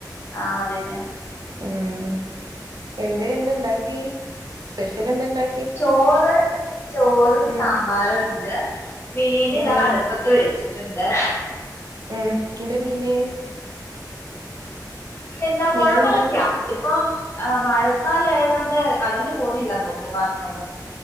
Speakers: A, on the left (about 40°); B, on the right (about 65°).
A: ആഹ് അതന്നെ
B: ഉം എന്തേന്നിണ്ടാക്കി സ്പെഷ്യല് എന്തണ്ടാ
A: ചോറ് ചോറ്
B: ഉം
A: സാമ്പാറ് ണ്ട് മീനിതാ
B: ഉം
A: അടുപ്പത്ത് വെ വച്ചിട്ടുണ്ട്.
B: ഉം എന്ത മീന്?
A: എന്താ പുഴം
B: മീനെന്താ
A: മൻസിയാ? ഇപ്പം അ മഴക്കാലം ആയതുകൊണ്ട് കടലില് പോകുന്നില്ലന്ന് തോന്നുന്നു ഈ